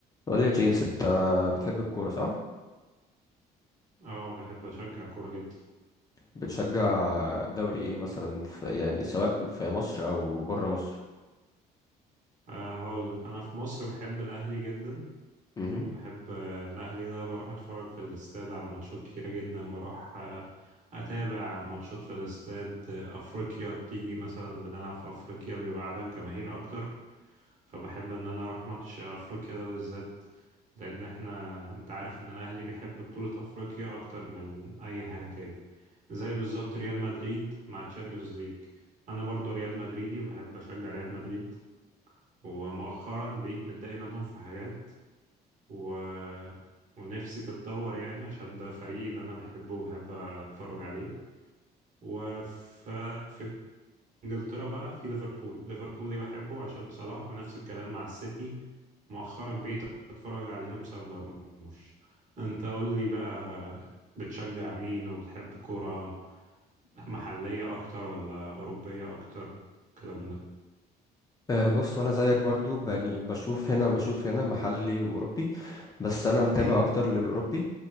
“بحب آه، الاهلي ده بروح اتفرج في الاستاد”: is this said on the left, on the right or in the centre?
Right